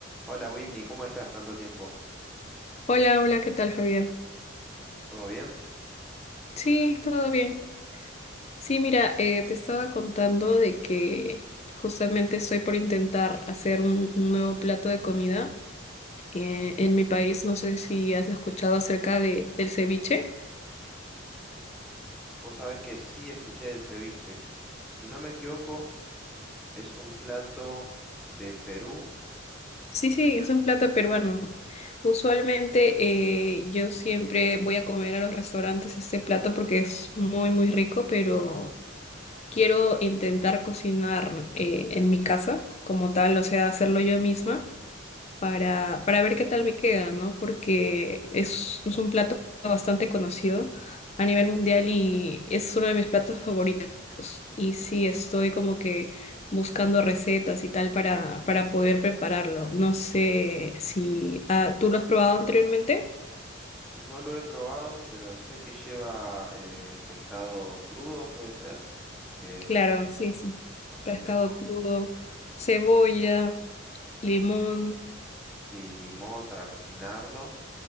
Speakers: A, in the centre; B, on the left.
A: Hola Whitney, ¿cómo estás? Tanto tiempo.
B: Hola, hola, ¿qué tal, Javier?
A: ¿Todo bien?
B: Sí, todo bien. Sí, mira, eh, te estaba contando de que justamente estoy por intentar hacer un, un nuevo plato de comida. eh, en mi país, no sé si has escuchado acerca de, del ceviche.
A: Vos sabés que sí escuché el ceviche. Si no me equivoco, es un plato de Perú.
B: Sí, sí, es un plato peruano. Usualmente eh, yo siempre voy a comer a los restaurantes este plato porque es muy, muy rico, pero quiero intentar cocinar eh, en mi casa como tal, o sea, hacerlo yo misma. para, para ver qué tal me queda, ¿no? Porque es, es un plato bastante conocido a nivel mundial y es uno de mis platos favoritos. Y sí, estoy como que buscando recetas y tal para, para poder prepararlo. No sé si ah, tú lo has probado anteriormente.
A: No lo he probado, pero sé que lleva eh, pescado crudo, puede ser, que se
B: Claro, sí, sí.
A: cocina
B: Pescado
A: con
B: crudo, cebolla, limón,
A: sí, limón para cocinarlo